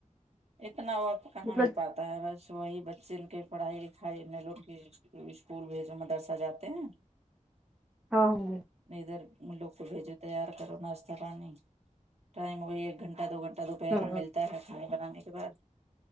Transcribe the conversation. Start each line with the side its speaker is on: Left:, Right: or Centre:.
Right: اتنا وقت کہاں
Centre: مطلب
Right: مل پاتا بس وہی بچے کے پڑھائی لکھائی میں لوگ اسکول بھیجو مدر سا جاتے ہیں
Centre: ہاں
Right: میں ادھر لوگ کو بھیجو تیار کرو ناشتا پانی ٹائم وہی ایک گھنٹہ دو گھنٹہ دوپہر
Centre: ہاں
Right: میں ملتا ہے کھانا بنانے کے بعد